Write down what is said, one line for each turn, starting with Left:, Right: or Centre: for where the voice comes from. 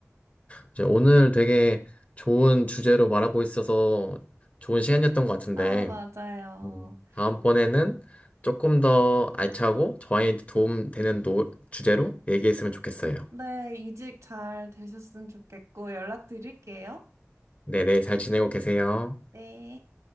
Left: 이제 오늘
Right: 음.
Left: 되게 좋은 주제로 말하고 있어서 좋은 시간이었던 것 같은데,
Right: 아, 맞아요.
Left: 음. 다음번에는 조금 더 알차고 저한테 도움되는 노, 주제로 얘기했으면 좋겠어요.
Right: 네, 이직 잘 되셨으면 좋겠고 연락 드릴게요.
Left: 네네, 잘 지내고 계세요.
Right: 네.